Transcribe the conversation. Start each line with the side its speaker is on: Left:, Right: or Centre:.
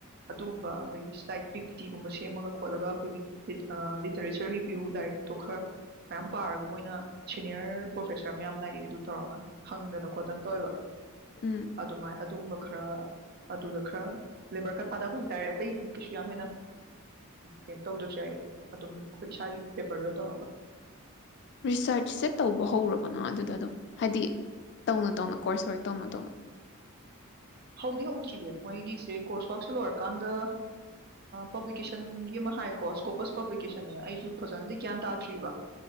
Right: ꯑꯗꯨꯒꯨꯝꯕ ꯑꯗꯒꯤ ꯁ꯭ꯂꯥꯏꯠ ꯄꯤ ꯄꯤ ꯇꯤ ꯒꯨꯝꯕ ꯁꯦꯝꯃꯒ ꯈꯣꯠꯂꯒ ꯑꯩꯈꯣꯏꯒꯤ ꯑ ꯂꯤꯇꯔꯦꯆꯔ ꯔꯤꯕꯤꯌꯨ ꯂꯥꯏꯔꯤꯛꯇꯣ ꯈꯔ ꯃꯌꯥꯝ ꯄꯥꯔꯒ ꯃꯣꯏꯅ ꯁꯤꯅꯤꯌꯔ ꯄ꯭ꯔꯣꯐꯦꯁꯔ ꯃꯌꯥꯝ ꯂꯥꯛꯏ ꯑꯗꯨ ꯇꯧꯔꯒ ꯍꯪꯗꯅ ꯈꯣꯠꯇꯅ ꯇꯧꯋꯦꯕ
Left: ꯎꯝ
Right: ꯑꯗꯨꯃꯥꯏ ꯑꯗꯨꯝꯕ ꯈꯔ ꯑꯗꯨꯗ ꯈꯔ ꯂꯦꯕꯔ ꯈꯔ ꯊꯥꯗꯕ ꯍꯥꯏꯇꯥꯔꯦ ꯑꯇꯩꯗꯤ ꯀꯩꯁꯨ ꯌꯥꯝ ꯍꯦꯟꯅ ꯀꯩꯅꯣ ꯇꯧꯗ꯭ꯔꯁꯨ ꯌꯥꯏ ꯑꯗꯨꯝ ꯑꯈꯣꯏ ꯏꯁꯥꯒꯤ ꯄꯦꯄꯔꯗ ꯇꯧꯔꯒ
Left: ꯔꯤꯁꯔꯁꯁꯦ ꯇꯧꯕ ꯍꯧꯔꯕꯅꯣ ꯑꯗꯨꯗ ꯑꯗꯨꯝ ꯍꯥꯏꯗꯤ ꯇꯧꯅ ꯇꯧꯅ ꯀꯣꯔꯁ ꯋꯥꯔꯛ ꯇꯧꯅ ꯇꯧꯅ
Right: ꯍꯧꯗꯤ ꯍꯧꯗ꯭ꯔꯤꯌꯦ ꯃꯣꯏꯒꯤꯁꯦ ꯀꯣꯔꯁ ꯋꯛꯁꯦ ꯂꯣꯏꯔꯀꯥꯟꯗ ꯄꯕ꯭ꯂꯤꯀꯦꯁꯟꯒꯤ ꯑꯃ ꯍꯥꯏꯌꯦꯀꯣ ꯁꯀꯣꯄꯁ ꯄꯕ꯭ꯂꯤꯀꯦꯁꯟ ꯍꯥꯏꯅ ꯑꯩꯁꯨ ꯐꯖꯅꯗꯤ ꯒ꯭ꯌꯥꯟ ꯇꯥꯗ꯭ꯔꯤꯕ